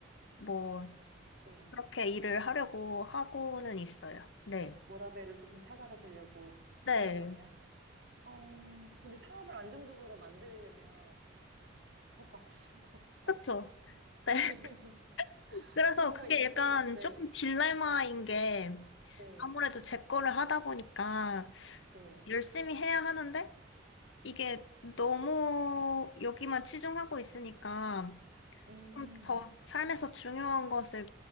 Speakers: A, on the left; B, on the right.
A: 뭐
B: 네.
A: 그렇게 일을 하려고 하고는 있어요. 네.
B: 워라밸을 조금 찾아가시려고
A: 네.
B: 하는 거예요. 어, 근데 사업을 안정적으로 만들려면 더 바쁘실 것 같아요.
A: 그렇죠.
B: <laughs>
A: 네.
B: 네.
A: <laughs> 그래서
B: 뭔가
A: 그게
B: 이게,
A: 약간
B: 네.
A: 조금 딜레마인 게
B: 네,
A: 아무래도 제 거를 하다 보니까
B: 네.
A: 열심히 해야 하는데 이게 너무 여기만 치중하고 있으니까
B: 음,
A: 좀 더 삶에서 중요한 것을